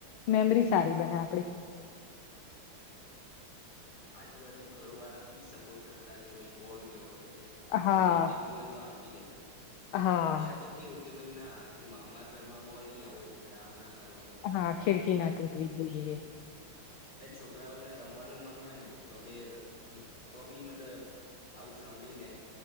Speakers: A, on the left (about 75°); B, on the left (about 45°).
A: મેમરી સારી બને આપડી
B: આજુબજુ ઘરો વાળા બી સપોર્ટ કરતા કે ભાઈ બોલ ગયો હોય કે
A: હા
B: ગમે તે ગયું હોય તો આપ દેતા
A: હા
B: અત્યારે તો કેવું કે ભાઈ ના અમારા ઘરમાં બોલ નહી આવો જોઈએ આમ કરવાનું
A: હા ખિડકી ના ટૂટવી જોઈએ
B: એટ છોકરાઓને રમવાનું મન હોય ને તો બી તો બી મતલબ આવું સાંભળી ને